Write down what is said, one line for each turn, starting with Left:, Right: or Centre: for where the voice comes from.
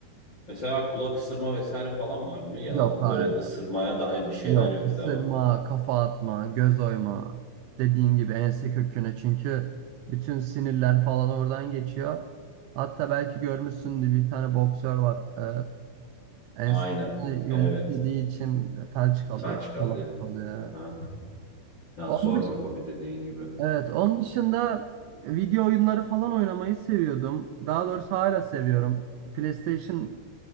Left: Mesela kulak ısırma vesaire falan var mı? Ya
Right: Yok
Left: böyle
Right: hayır.
Left: ısırmaya dair bir şeyler
Right: Yok.
Left: yok
Right: Isırma,
Left: değil mi?
Right: kafa atma, göz oyma. Dediğin gibi ense köküne çünkü bütün sinirler falan oradan geçiyor. Hatta belki görmüşsündür bir tane boksör var. Ee, ensesine
Left: Aynen. Evet.
Right: yumruk yediği için felç kalıyor,
Left: Saç kalıyor.
Right: falan kalıyor.
Left: Aha. Ya
Right: Onun
Left: zor
Right: dış-
Left: bir hobi dediğin gibi.
Right: evet, onun dışında video oyunları falan oynamayı seviyordum. Daha doğrusu hala seviyorum. PlayStation